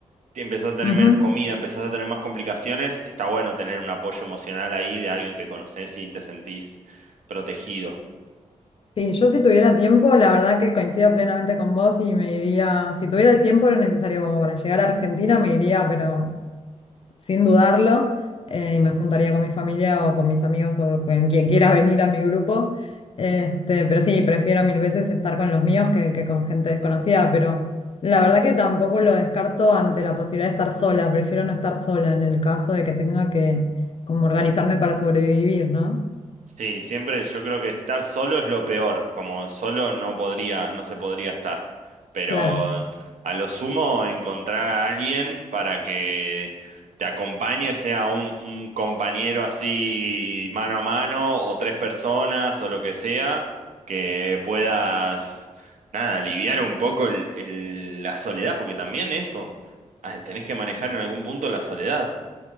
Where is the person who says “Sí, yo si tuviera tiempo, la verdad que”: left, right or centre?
Left